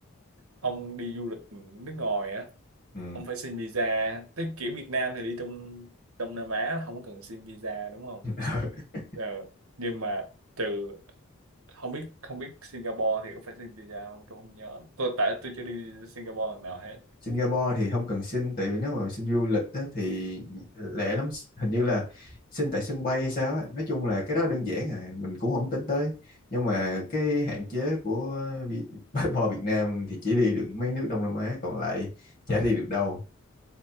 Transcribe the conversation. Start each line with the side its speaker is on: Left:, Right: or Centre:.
Right: ông đi du lịch nước ngoài á
Left: ừ.
Right: ông phải xin visa tới kiểu Việt Nam thì đi trong Đông Nam Á không có cần xin visa đúng không
Left: <laughs>
Right: Ờ, nhưng mà trừ không biết không biết Singapore thì có phải xin visa không tôi không nhớ tôi tại tôi chưa đi Singapore lần nào hết
Left: Singapore thì không cần xin tại vì nếu mà xin du lịch á, thì lẻ lắm hình như là xin tại sân bay hay sao á. Nói chung là cái đó đơn giản à mình cũng không tính tới nhưng mà cái hạn chế của Vi- <laughs> passport Việt Nam thì chỉ đi được mấy nước Đông Nam Á còn lại chả đi được đâu